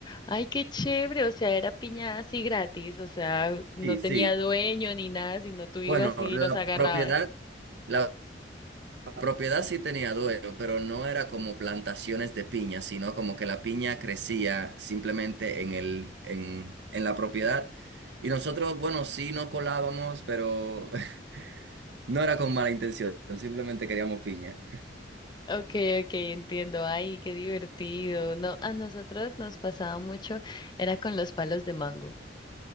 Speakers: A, on the left; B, on the right.
A: Ay, qué chévere, o sea, era piña así gratis, o sea, no
B: Sí,
A: tenía
B: sí.
A: dueño ni nada, sino tú ibas
B: Bueno,
A: y
B: la
A: los agarrabas.
B: propiedad. La propiedad sí tenía dueño, pero no era como plantaciones de piña, sino como que la piña crecía simplemente en el, en, en la propiedad. Y nosotros, bueno, sí nos colábamos, pero <laughs> no era con mala intención, simplemente queríamos piña.
A: Okay, okay, entiendo. Ay, qué divertido. No, a nosotros nos pasaba mucho, era con los palos de mango.